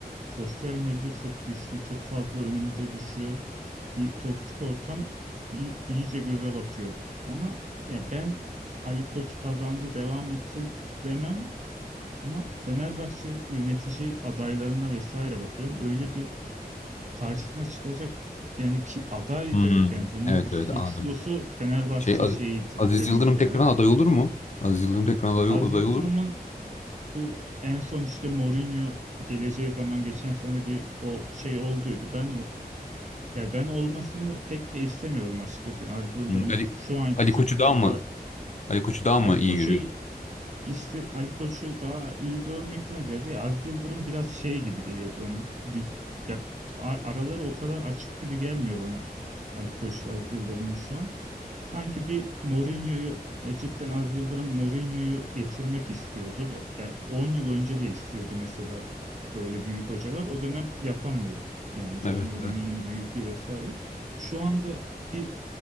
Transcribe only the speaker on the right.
sosyal medya çok güçlü, çok fazla önümüze düşüyor. Bir toksik ortam iy- iyice göze batıyor. Ama ya ben Ali Koç kazandı devam etsin demem ama Fenerbahçe yönetici adaylarına vesaire bakıyorum. Öyle bir karşısına çıkacak yani ki aday
da yok. Yani bunun
suçlusu
Fenerbahçe
şeyidir
muhtemelen.
Az
Yıldırım'ın
bu en son işte Mourinho geleceği zaman geçen sene bir o şey olduydu. Ben o ya ben olmasını pek de istemiyordum açıkçası. Yani Aziz Yıldırım
şu anki
futbolda
Ali
Koç'u
İşte Ali Koç'u daha iyi görmekten ziyade ya Aziz Yıldırım biraz şey gibi geliyordu ona. Bir- ya a- araları o kadar açık gibi gelmiyor bana Ali Koç'la Aziz Yıldırım'ın şu an. Sanki bir Mourinho'yu e, cidden Aziz Yıldırım Mourinho'yu getirmek istiyordu. Ve- ve 10 yıl önce de istiyordu mesela böyle büyük hocalar. O dönem yapamıyordu. Yani tabii
Mourinho'nun
büyüklüğü vesaire. Şu anda bir